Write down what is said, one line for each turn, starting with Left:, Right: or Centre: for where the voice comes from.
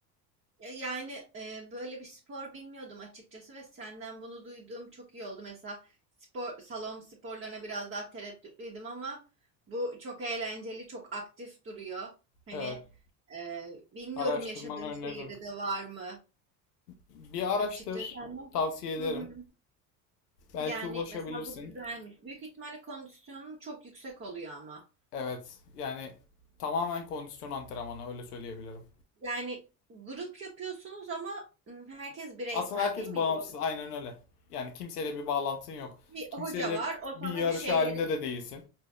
Right: Ya- Yani e, böyle bir spor bilmiyordum açıkçası ve senden bunu duyduğum çok iyi oldu. Mesela spor salon sporlarına biraz daha tereddütlüydüm ama bu çok eğlenceli, çok aktif duruyor. Hani
Left: Evet.
Right: e, bilmiyorum
Left: Araştırmanı
Right: yaşadığım
Left: öneririm.
Right: şehirde de var mı
Left: Bir araştır.
Right: açıkçası ama.
Left: Tavsiye ederim.
Right: Hı hı.
Left: Belki
Right: Yani
Left: ulaşabilirsin.
Right: mesela bu güzelmiş. Büyük ihtimalle kondisyonun çok yüksek oluyor ama.
Left: Evet. Yani tamamen kondisyon antrenmanı öyle söyleyebilirim.
Right: Yani grup yapıyorsunuz ama ım, herkes bireysel
Left: Aslında herkes
Right: değil mi?
Left: bağımsız,
Right: Doğru.
Left: aynen öyle. Yani kimseyle bir bağlantın yok.
Right: Bir
Left: Kimseyle
Right: hoca var, o
Left: bir
Right: sana
Left: yarış
Right: bir şeyleri...
Left: halinde de değilsin.